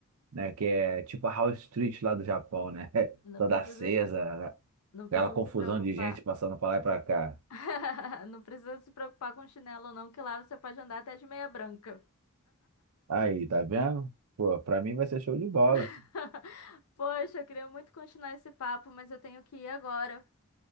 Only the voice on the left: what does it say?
não
precisa,
não precisa
se preocupar.
<laughs> Não precisa se preocupar com chinelo, não, que lá você pode andar até de meia branca.
<laughs> Poxa, eu queria muito continuar esse papo, mas eu tenho que ir agora.